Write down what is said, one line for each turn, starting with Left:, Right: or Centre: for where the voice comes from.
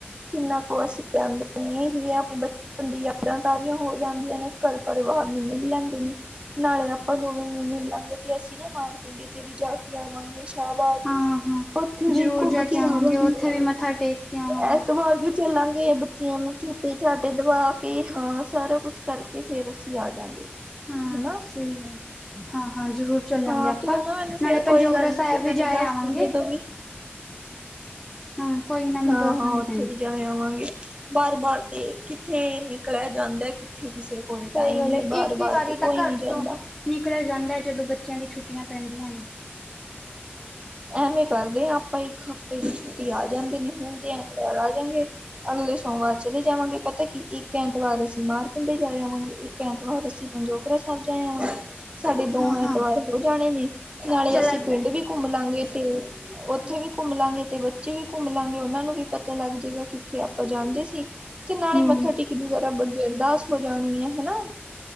Right: ਕਿੰਨਾ ਕੁ ਅਸੀਂ ਜਾਂਦੇ ਹ ਹੀ ਆਪਣੇ ਬਪ ਬੰ ਦੀ ਯਾਦਾਂ ਤਾਜ਼ੀਆਂ ਹੋ ਜਾਂਦੀਆਂ ਨੇ ਘਰ ਪਰਿਵਾਰ ਨੂੰ ਮਿਲ ਲੈਂਦੇ ਨੇ ਨਾਲੇ ਆਪਾਂ ਨੂੰ ਮਿਲਾਂਗੇ ਤੇ ਅਸੀਂ ਨਾ ਮਾਰ ਕੰੰਡੇ ਤੇਤੇ ਵੀ ਜਾ ਕੇ ਆਵਾਂਗੇ ਸ਼ਬਾਦ
Centre: ਹਾਂ ਹਾਂ
Right: ਉੱਥੇ ਵੀ
Centre: ਜ਼ਰੂਰ
Right: ਘੁੰਮ
Centre: ਜਾ
Right: ਕੇ ਆਵਾਂਗੇ
Centre: ਉੱਥੇ ਵੀ ਮੱਥਾ ਟੇਕ ਕੇ ਆਵਾਂਗੇ
Right: ਐਤਵਾਰ ਚੱਲਾਂਗੇ ਬੱਚਿਆਂ ਨੂੰ ਝੂਟੇ ਝਾਟੇ ਦਬ ਕੇ ਹਾਂ ਸਾਰਾ ਕੁਛ ਕਰਕੇ ਫੇਰ ਅਸੀਂ ਆ ਜਾਂਾਂਗੇ
Centre: ਹਾਂ
Right: ਹਨਾ
Centre: ਸਹੀ ਹਾਂ ਹਾਂ ਜ਼ਰੂਰ ਚੱਲਾਂਗੇ
Right: ਹਾਂ
Centre: ਆਪਾਂ
Right: ਤੂੰ ਨਾ ਮੈਨੂੰ ਫੇਰ
Centre: ਨਾਲੇ
Right: ਕੋਈ
Centre: ਪੰਜੋਖਰਾ
Right: ਗੱਲ
Centre: ਸਾਹਿਬ
Right: ਨੀ ਤੂੰ ਮੈਨੂੰ
Centre: ਵੀ ਜਾ
Right: ਦੱਸਦੀ
Centre: ਆਵਾਂਗੇ
Right: ਜਦੋਂ ਵੀ
Centre: ਹਾਂ ਕੋਈ ਨਾ ਮੈਂ
Right: ਹਾਂ
Centre: ਦੱਸ
Right: ਹਾਂ
Centre: ਦਾਂਗੀ
Right: ਉੱਥੇ
Centre: ਤੈਨੂੰ
Right: ਵੀ ਜਾ ਆਵਾਂਗੇ ਬਾਰ ਬਾਰ ਤੇ ਕਿੱਥੇ ਨਿਕਲਿਆ ਜਾਂਦਾ ਕਿੱਥੇ ਕਿਸੇ ਕੋਲ
Centre: ਸਹੀ
Right: ਟਾਈਮ
Centre: ਗੱਲ
Right: ਏ
Centre: ਹੈ
Right: ਬਾਰ
Centre: ਇੱਕ
Right: ਬਾਰ
Centre: ਹੀ ਵਾਰੀ
Right: ਤੇ ਕੋਈ
Centre: ਤਾਂ ਘਰ
Right: ਨੀ ਜਾਂਦਾ
Centre: ਤੋਂ ਨਿਕਲਿਆ ਜਾਂਦਾ ਹੈ ਜਦੋਂ ਬੱਚਿਆਂ ਦੀ ਛੁੱਟੀਆਂ ਪੈਂਦੀਆਂ ਨੇ
Right: ਐਵੇਂ ਕਰਦੇ ਹਾਂ ਆਪਾਂ ਇੱਕ ਹਫ਼ਤੇ ਦੀ ਛੁੱਟੀ ਆ ਜਾਂਦੇ ਨੇ ਹੁਣ ਤੇ ਐਤਵਾਰ ਆ ਜਾਂਗੇ ਅਗਲੇ ਸੋਮਵਾਰ ਚਲੇ ਜਾਵਾਂਗੇ ਪਤਾ ਕੀ ਇੱਕ ਐਤਵਾਰ ਅਸੀਂ ਮਾਰ ਕੰਢੇ ਜਾ ਜਾਵਾਂਗੇ ਐਤਵਾਰ ਅਸੀਂ ਪੰਜੋਗਰਾ ਸਾਹਿਬ ਜਾਏ ਹ ਸਾਡੇ ਦੋ
Centre: ਹਾਂ ਹਾਂ
Right: ਐਤਵਾਰ ਹੋ ਜਾਣੇ ਨੇ ਨਾਲੇ
Centre: ਚੱਲ
Right: ਅਸੀਂ
Centre: ਏਦਾਂ
Right: ਪਿੰਡ
Centre: ਹੀ
Right: ਵੀ ਘੁੰਮ ਲਵਾਂਗੇ ਤੇ ਉੱਥੇ ਵੀ ਘੁੰਮ ਲਾਂਗੇ ਤੇ ਬੱਚੇ ਵੀ ਘੁੰਮ ਲਾਂਗੇ ਉਹਨਾਂ ਨੂੰ ਵੀ ਪਤਾ ਲੱਗ ਜਾਏਗਾ ਕਿੱਥੇ ਆਪਾਂ ਜਾਂਦੇ ਸੀ ਤੇ ਨਾਲੇ
Centre: ਹਮ
Right: ਮੱਥਾ ਟਕ ਜੂਗੈਰਾ ਬਗੇ ਅਰਦਾਸ ਹੋ ਜਾਣੀ ਆ ਹਨਾ